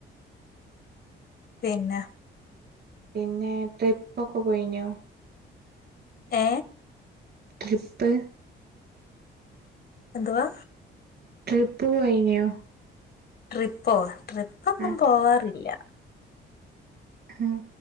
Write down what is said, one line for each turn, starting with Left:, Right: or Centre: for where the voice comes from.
Left: പിന്നെ
Right: പിന്നെ ട്രിപ്പൊക്കെ പോയിനോ
Left: ഏ
Right: ട്രിപ്പ്
Left: എന്തുവാ
Right: ട്രിപ്പ് പോയിഞ്ഞോ
Left: ട്രിപ്പോ ട്രിപ്പൊന്നും
Right: ആ
Left: പോവാറില്ല
Right: ഹ